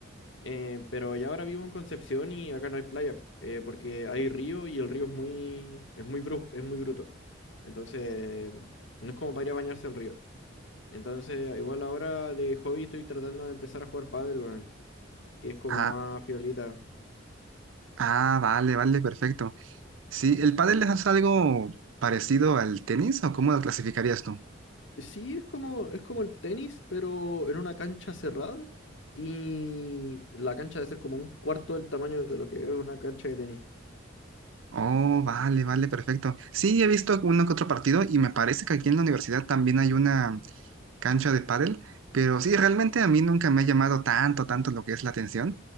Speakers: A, on the left; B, on the right.
A: Eh, pero ya ahora vivo en Concepción y acá no hay playa, eh, porque hay río y el río es muy, es muy bru- es muy bruto. Entonces, no es como para ir a bañarse al río. Entonces, igual ahora de hobby estoy tratando de empezar a jugar pádel, weón, que es como
B: Ah,
A: más piolita.
B: ah, vale, vale, perfecto. Sí, ¿el pádel es algo parecido al tenis o cómo lo clasificarías tú?
A: Sí, es como, es como el tenis, pero en una cancha cerrada y la cancha debe ser como un cuarto del tamaño de lo que es una cancha de tenis.
B: Oh, vale, vale, perfecto. Sí, he visto uno que otro partido y me parece que aquí en la universidad también hay una cancha de pádel, pero sí, realmente a mí nunca me ha llamado tanto, tanto lo que es la atención,